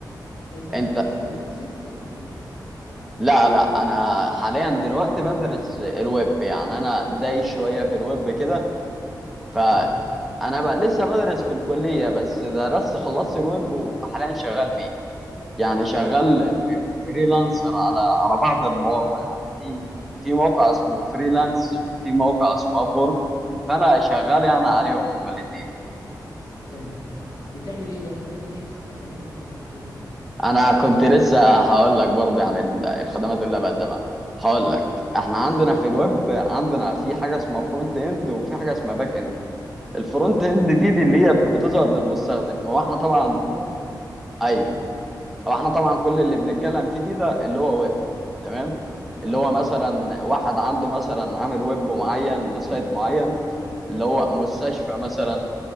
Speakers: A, on the left; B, in the centre.
A: انت في
B: انت
A: الداتا اناليسيز ولا في ايه
B: لا لا انا حاليا دلوقتي بدرس الويب يعني انا داي شوية في الويب
A: اه
B: كده ف
A: تمام
B: انا بقى لسه بدرس في الكلية بس درست خلصت الويب وحاليا شغال فيه يعني شغال
A: اه
B: في- فريلانسر على على بعض المواقع يعني في في موقع اسمه فريلانس وفي موقع اسمه ابورك فانا شغال
A: معروف
B: يعني عليهم هما الاثنين
A: تمام بتعمل ايه بقى بتقدم ايه الخدمات اللي انت بتقدمها
B: انا كنت لسه هقول لك برضه عن ال- الخدمات اللي بقدمها هقول لك احنا عندنا في الويب عندنا في حاجه اسمها فرونت اند وفي حاجه اسمها باك اند الفرونت اند دي, دي اللي هي بتظهر للمستخدم هو احنا طبعا
A: الواجهه
B: ايوه
A: تمام
B: هو احنا طبعا كل اللي بنتكلم فيه دي ده اللي هو ويب تمام اللي
A: اه
B: هو مثلا واحد عنده مثلا عامل ويب معين لسايت معين اللي هو مستشفى مثلا